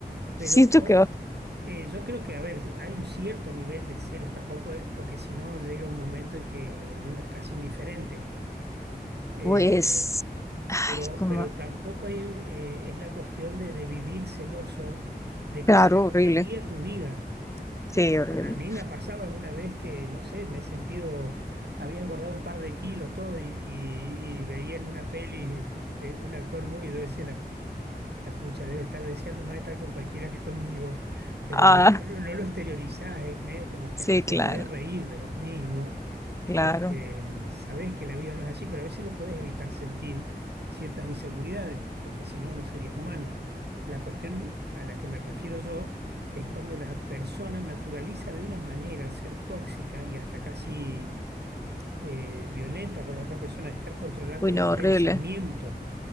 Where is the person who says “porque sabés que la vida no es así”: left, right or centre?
Right